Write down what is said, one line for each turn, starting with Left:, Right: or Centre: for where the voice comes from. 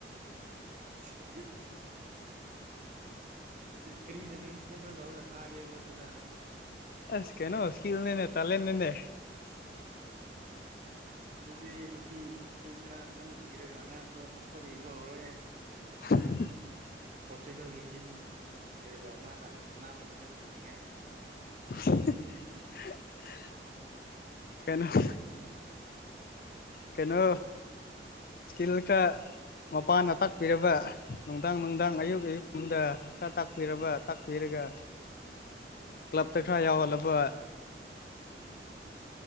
Right: <unintelligible> ꯀꯔꯤꯅ ꯅꯪ ꯁ꯭ꯄꯣꯟꯁꯔ ꯇꯧꯔꯒ ꯊꯥꯒꯦꯕ꯭ꯔ ꯗꯨꯗ
Left: ꯑꯁ ꯀꯩꯅꯣ ꯁ꯭ꯀꯤꯜ ꯅꯤꯅ ꯇꯂꯦꯟ ꯅꯦꯅꯦ
Right: <unintelligible> ꯑꯗꯨꯗꯤ ꯅꯨ ꯅꯄꯤ ꯅꯨꯄꯤ ꯈ꯭ꯔ ꯉꯟꯅ ꯊꯤꯔꯒ ꯑꯉꯥꯡꯗꯣ ꯄꯠꯄꯠ ꯌꯦꯡꯕ ꯍꯧꯔꯦ
Left: <unintelligible>
Right: ꯄꯣꯔꯇꯨꯒꯜꯒꯤ ꯇꯤꯝ ꯀꯔꯤꯕ ꯁꯥꯟꯅꯕ ꯅꯨꯃꯤꯠ ꯎꯅꯤꯡꯉꯥꯏ
Left: <unintelligible> ꯀꯩꯅꯣ <unintelligible> ꯀꯩꯅꯣ ꯏꯁꯀꯤꯜ ꯈꯔ ꯃꯄꯥꯥꯅ ꯇꯥꯛꯄꯤꯔꯕ ꯅꯨꯡꯗꯥꯡ ꯅꯨꯡꯗꯥꯡ
Right: ꯎꯝ
Left: ꯑꯌꯨꯛ ꯑꯌꯨꯛꯒꯨꯝꯗ ꯈꯔ ꯇꯥꯛꯄꯤꯔꯕ ꯇꯥꯛꯄꯤꯔꯒ ꯀ꯭ꯂꯕꯇ ꯈꯔ ꯌꯥꯎꯍꯜꯂꯕ
Right: ꯎꯝ